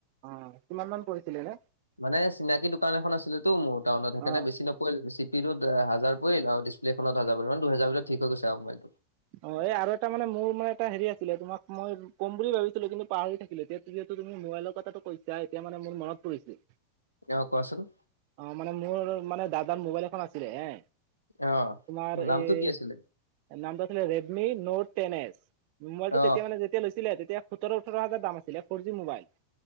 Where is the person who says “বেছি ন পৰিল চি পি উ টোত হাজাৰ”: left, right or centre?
Left